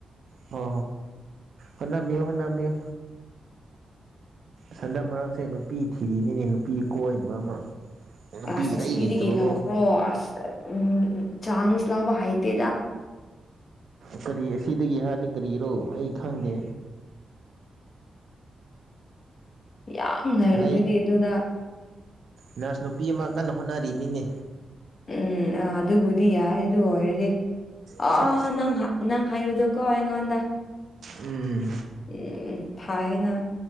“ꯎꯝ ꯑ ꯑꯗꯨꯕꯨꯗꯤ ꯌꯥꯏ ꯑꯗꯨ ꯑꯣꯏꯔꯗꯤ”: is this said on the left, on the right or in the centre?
Left